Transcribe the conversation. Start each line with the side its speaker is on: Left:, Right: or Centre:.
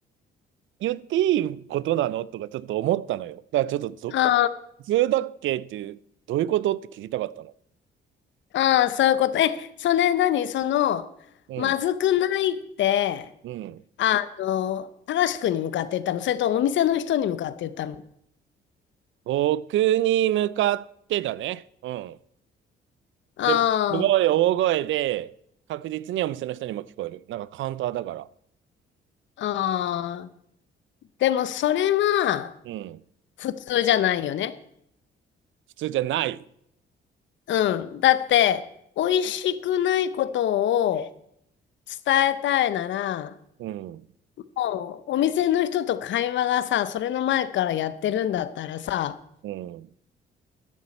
Right: 言っていいことなのとかちょっと思ったのよ。だからちょっとぞ、
Left: あ
Right: 普通だっけっていう、どういうことって聞きたかったの。
Left: あ、ああ、そういうこと。え、それ何その、
Right: うん、
Left: まずくないって、
Right: うん。
Left: あの、高しくんに向かって言ったのそれとお店の人に向かって言ったの
Right: 僕に向かってだね。うん。
Left: あ
Right: でも、すごい大声で、確実にお店の人にも聞こえる。なんかカウンターだから。
Left: あ、ああ。でもそれは
Right: うん。
Left: 普通じゃないよね。
Right: 普通じゃない。
Left: うん。だって、美味しくないことを、伝えたいなら、
Right: うん。
Left: もうお店の人と会話がさ、それの前からやってるんだったらさ、
Right: うん。